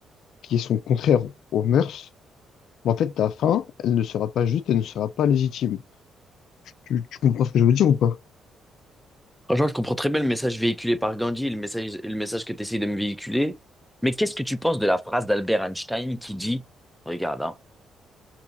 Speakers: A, on the left; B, in the centre.
A: qui sont contraires aux mœurs, bah, en fait ta fin, elle ne sera pas juste, elle ne sera pas légitime. Tu, tu comprends ce que je veux dire ou pas?
B: Franchement, je comprends très bien le message véhiculé par Gandhi, le message, le message que tu essayes de me véhiculer. Mais qu'est-ce que tu penses de la phrase d'Albert Einstein qui dit, regarde, hein,